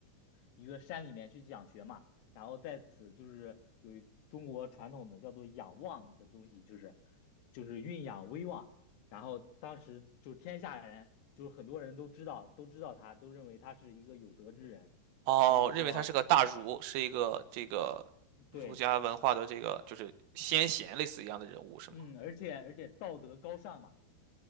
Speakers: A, on the left; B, on the right.
A: 一个山里面去讲学嘛，然后在此就是有一中国传统的叫做仰望的东西，就是就是蕴养威望。然后当时就是天下人，就是很多人都知道，都知道他，都认为他是一个有德之人，
B: 哦，
A: 所以说
B: 认为他是个大儒，是一个这个儒家文化的这个就是先贤类似一样的人物，
A: 对，
B: 是吗？
A: 嗯，而且而且道德高尚嘛，